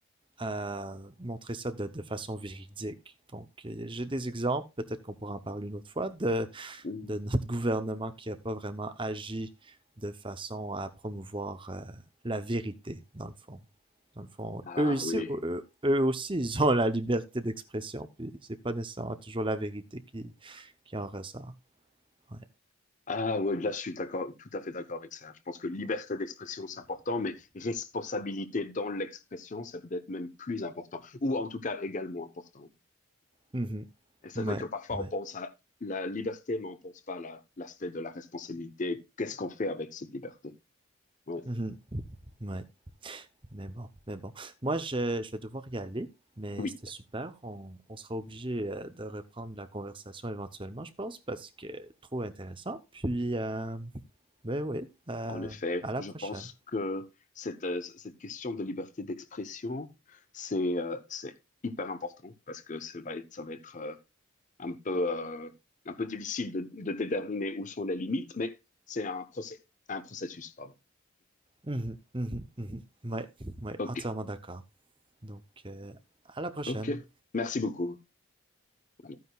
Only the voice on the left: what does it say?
Mm.
Ah
oui.
Ah oui, là, je suis d'accord, tout à fait d'accord avec ça. Je pense que liberté d'expression, c'est important, mais responsabilité dans l'expression, c'est peut-être même plus important, ou en tout cas également important.
Et c'est
vrai que parfois,
on pense à la liberté, mais on pense pas à la- l'aspect de la responsabilité. Qu'est-ce qu'on fait avec cette liberté? Ouais.
Oui.
En effet,
je
pense que cette, euh, cette question de liberté d'expression, c'est euh, c'est hyper important parce que ça va être, ça va être euh, un peu, euh, un peu difficile de, de déterminer où sont les limites, mais c'est un procès, un processus, pardon.
OK,
OK. Merci beaucoup. Voilà.